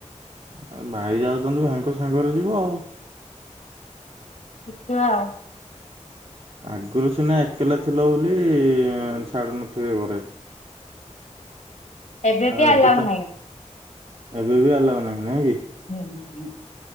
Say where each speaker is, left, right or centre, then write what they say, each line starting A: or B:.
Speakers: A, on the right; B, on the left.
A: ଆଉ ଭାଇ ଯାଉଚନ୍ତି। ଭାଇଙ୍କ ତୋ ସାଙ୍ଗରେ ଯିବ।
B: ଦେଖିବା ଆଉ।
A: ଆଗରୁ ସିନା ଏକେଲା ଥିଲ ବୋଲି ଛାଡୁ ନଥିବେ ଘରେ।
B: ଏବେବି
A: ଆଉ ଏବେ
B: ଆଲାଓ
A: ତ
B: ନାହିଁ।
A: ଏବେ ବି ଆଲାଓ ନାହିଁ ନାଇଁ କି?
B: ନା ହଁ।